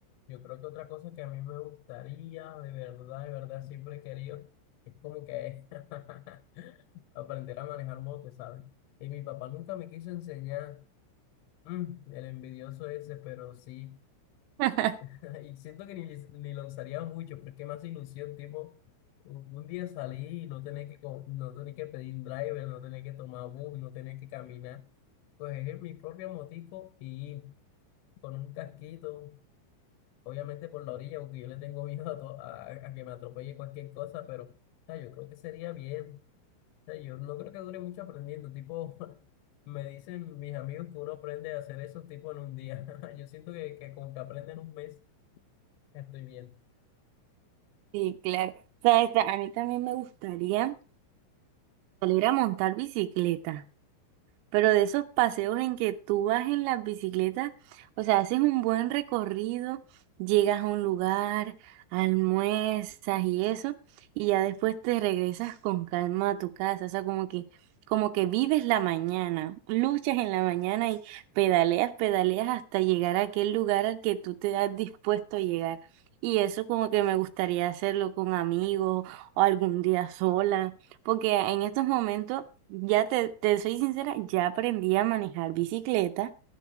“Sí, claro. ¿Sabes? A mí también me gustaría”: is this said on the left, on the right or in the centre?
Right